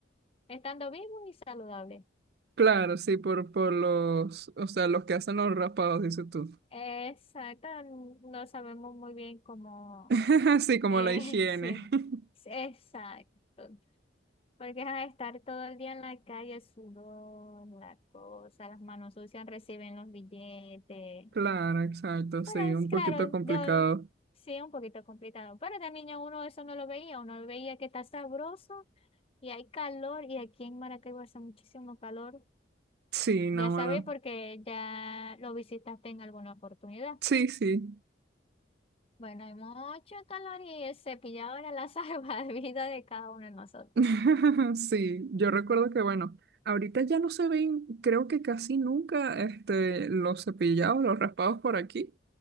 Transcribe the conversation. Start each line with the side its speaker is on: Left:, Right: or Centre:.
Left: estando vivo y saludable.
Right: Claro, sí, por, por los, o sea, los que hacen los raspados, dices tú.
Left: Exacto, no sabemos muy bien cómo
Right: <laughs> Sí, como
Left: <laughs> es,
Right: la higiene. <laughs>
Left: exacto, porque a estar todo el día en la calle, el sudor, la cosa, las manos sucias, reciben los billetes.
Right: Claro, exacto, sí,
Left: Pero es
Right: un
Left: claro,
Right: poquito complicado.
Left: de- sí, un poquito complicado. Pero de niño uno eso no lo veía, uno veía que está sabroso y hay calor y aquí en Maracaibo hace muchísimo calor.
Right: Sí, no,
Left: Ya sabes
Right: bueno.
Left: porque ya lo visitaste en alguna oportunidad.
Right: Sí, sí.
Left: Bueno, hay mucho calor y el cepillado era la <laughs> salvavidas de cada uno de nosotros.
Right: <laughs> Sí, yo recuerdo que bueno, ahorita ya no se ven, creo que casi nunca, este, los cepillados, los raspados por aquí.